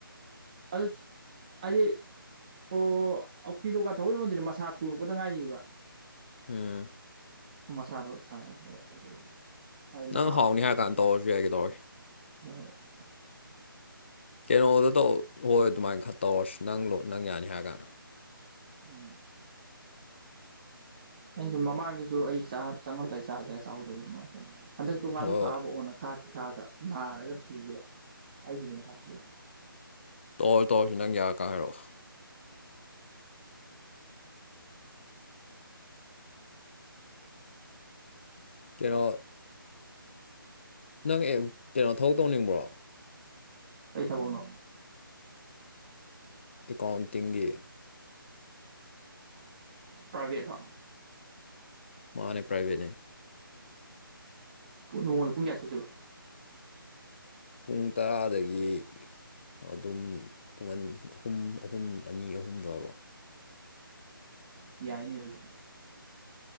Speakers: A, on the right; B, on the left.
A: ꯑꯗ ꯑꯗꯦ <inaudible> ꯑꯣ ꯑ ꯀꯤꯔꯣꯀꯥ ꯊꯑꯣꯏꯔꯣꯟꯗ꯭ꯔꯅꯦ ꯃꯁꯥ ꯊꯣꯡꯉꯛꯄꯗ ꯉꯥꯏꯔꯤꯑꯕ
B: ꯎꯝ
A: ꯃꯁꯥꯗꯣ ꯁꯥꯏꯝꯕ ꯑꯗꯨꯒꯤ ꯃꯥꯏ
B: ꯅꯪ
A: ꯅꯍꯥ ꯑꯣꯏꯈꯠꯂꯤꯕ
B: ꯍꯥꯎꯅꯤ ꯍꯥꯏꯔ ꯀꯥꯟꯗ
A: ꯑꯗꯨꯏ
B: ꯇꯧꯔꯁꯨ ꯌꯥꯏ ꯀꯩꯗꯧꯔꯒꯦ
A: ꯔ <inaudible>
B: ꯀꯩꯅꯣꯗ ꯇꯧ ꯍꯣꯏ ꯑꯗꯨꯃꯥꯏꯅ ꯈꯔ ꯇꯧꯔꯁꯤ ꯅꯪꯂꯣ ꯅꯪ ꯌꯥꯅꯤ ꯍꯥꯏ ꯀꯥꯟꯗ
A: ꯎꯝ ꯑꯩꯅꯁꯨ ꯃꯃꯥꯡꯗꯁꯨ ꯑꯩ ꯆꯪꯉꯝꯗꯥꯏ ꯆꯥꯁꯦ ꯍꯥꯏꯔ ꯆꯥꯍꯧꯗꯕ ꯅꯨꯡꯉꯥꯏꯇꯔꯦ ꯍꯟꯗꯛꯇꯣ ꯉꯥꯅꯨ
B: ꯍꯣꯏ
A: ꯈꯥꯕ ꯑꯣꯅ ꯈꯥꯛ ꯇꯤꯈꯥꯛꯒ ꯅꯥꯔꯒ ꯁꯤꯈꯤꯕ ꯑꯩꯒꯤꯅꯦ ꯈꯥꯛꯄꯤ
B: ꯇꯧꯔꫭ ꯇꯧꯔꫭ ꯅꯪ ꯌꯥꯔꯀꯟ ꯍꯥꯏꯔꯛꯑꯣ ꯀꯩꯅꯣ ꯅꯪ ꯑꯦ ꯀꯩꯅꯣ ꯊꯧꯛ ꯇꯧꯅꯤꯡꯕ꯭ꯔꯣ
A: ꯀꯩ ꯊꯕꯛꯅꯣ
B: ꯑꯦꯀꯥꯎꯟꯇꯤꯡꯒꯤ
A: ꯄ꯭ꯔꯥꯢꯕꯦꯠꯂꯣ
B: ꯃꯥꯅꯦ ꯄ꯭ꯔꯥꯏꯚꯦꯠꯅꯦ
A: ꯅꯣꯡꯉꯣꯟꯗ ꯄꯨꯡ ꯀꯌꯥ ꯆꯠꯇꯣꯏꯕ
B: ꯄꯨꯡ ꯇꯔꯥꯗꯒꯤ ꯑꯗꯨꯝ ꯄꯨꯡꯟ ꯑꯍꯨꯝ ꯑꯍꯨꯝ ꯑꯅꯤ ꯑꯍꯨꯝꯗꯣ ꯍꯥꯏꯕ
A: ꯌꯥꯏꯅꯤ ꯑꯗꯨꯗꯤ